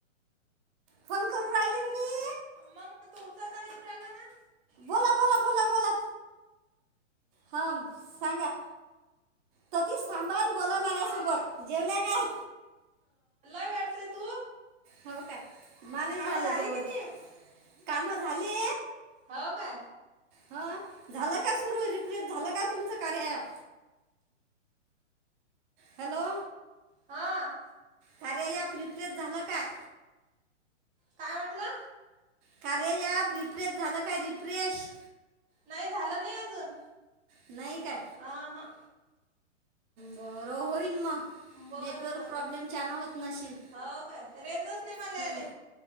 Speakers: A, on the right; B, on the right.
A: Phone करू राहिली ना मी
B: मग तो उचलता र येऊ राहिला ना.
A: बोला बोला बोला बोला हां सांगा ततीस थांबाण बोला माझसोबत. जेवल्या काय?
B: वटचंय तू
A: हो काय मला ही
B: काम
A: झालं
B: झाले
A: जेवण.
B: की नाही
A: काम झाले?
B: हो का.
A: हा झालं का सुरू रिप्लेस झालं का तुमचं कार्य ॲप हॅलो
B: हा.
A: कार्या या प्रिप्रेश झालं काय
B: काय म्हटंला?
A: कार्या याप रिफ्रेश झालं काय रिफ्रेश?
B: नाही झालं नाही अजून
A: नाही काय?
B: आ हा.
A: बरं होईन मग
B: बरं
A: नेटवर्क
B: बरं
A: प्रॉब्लेम च्यान होत नशील
B: हो काय रेंजच नाही मला
A: हम्म
B: आले